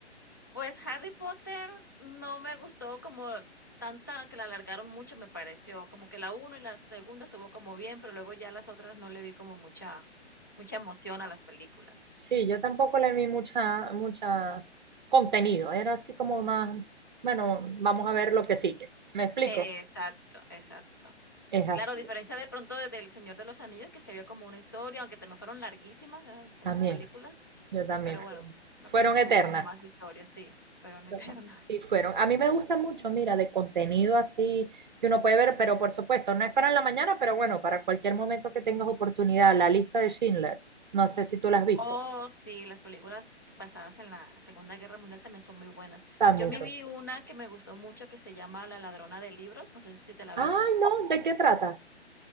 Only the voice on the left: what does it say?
Pues, Harry Potter no me gustó como tanta que la alargaron mucho, me pareció, como que la uno y la segunda estuvo como bien, pero luego ya las otras no le vi como mucha mucha emoción a las películas.
Exacto, exacto.
Claro, a diferencia de pronto de del Señor de los Anillos, que se vio como una historia, aunque también fueron larguísimas esas
esas películas,
pero
bueno, me
parece
que hubo como más historia, sí, fueron <laughs> eternas.
Oh, sí, las películas basadas en la Segunda Guerra Mundial también son muy buenas.
Yo me
vi una que me gustó mucho que se llama La ladrona de libros, no sé si te la
viste.